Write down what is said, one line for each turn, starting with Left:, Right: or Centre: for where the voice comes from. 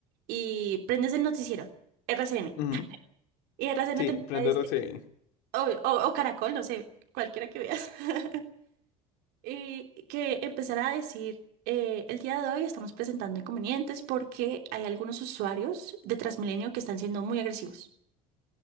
Right: y prendes el noticiero, RCN.
Left: ujú.
Right: Y RCN
Left: Sí,
Right: te empieza
Left: prende
Right: a decir,
Left: RCN.
Right: obvio, o, o Caracol, no sé, cualquiera que veas. <laughs> eh, que empezara a decir, eh, el día de hoy estamos presentando inconvenientes porque hay algunos usuarios de Transmilenio que están siendo muy agresivos.